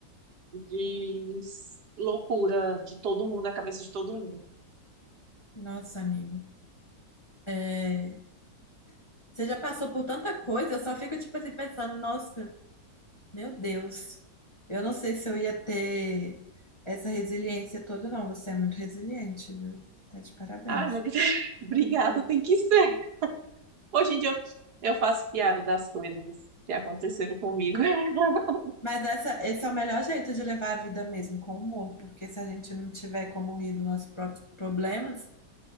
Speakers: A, on the right; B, on the left.
A: de loucura de todo mundo, a cabeça de todo mundo.
B: Nossa, amiga. é, Você já passou por tanta coisa, eu só fico tipo assim pensando, nossa, meu Deus. Eu não sei se eu ia ter essa resiliência toda, não. Você é muito resiliente, viu? Tá de parabéns.
A: Ai, mas <laughs> obrigada, tem que ser. Hoje em dia eu eu faço piada das coisas que aconteceram comigo. <laughs>
B: Mas essa, esse é o melhor jeito de levar a vida mesmo, com humor, porque se a gente não tiver como rir dos nossos próprios problemas,